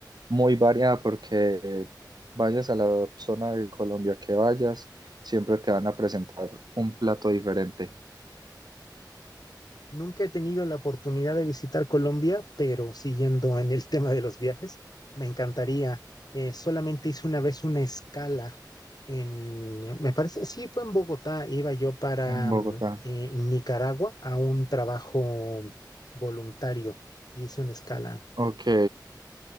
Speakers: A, on the right; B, on the left.
A: muy variada porque vayas a la zona de Colombia que vayas, siempre te van a presentar un plato diferente
B: Nunca he tenido la oportunidad de visitar Colombia, pero siguiendo en el tema de los viajes, me encantaría. Eh, solamente hice una vez una escala en, me parece, sí, fue en Bogotá. Iba yo para
A: en Bogotá.
B: mm, eh, Nicaragua a un trabajo voluntario. Hice una escala.
A: Ok,